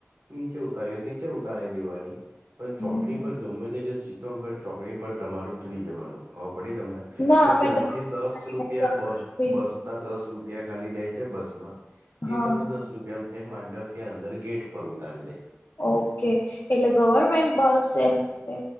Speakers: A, on the right; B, on the left.
A: નીચે ઉતારી દે નીચે ઉતારી દેવાની પણ
B: હમ
A: ચોકડી પર ગમે તતે ચિત્તોડગઢ ચોકડી પર તમાર ઉતરી જવાનું ખબું પડી તમને
B: ના
A: તો
B: અમે
A: ત્યાંથી દસ
B: ગાડી
A: રૂપિયા બસ બસ ના દસ રૂપિયા ખાલી જાય છે બસ માં એ
B: હા
A: તમને દસ રૂપિયામાં થક માંડફિયા અંદર ગેટ પર ઉતારી દે.
B: ઓકે એટલે ગવર્મેન્ટ બસ છે એ.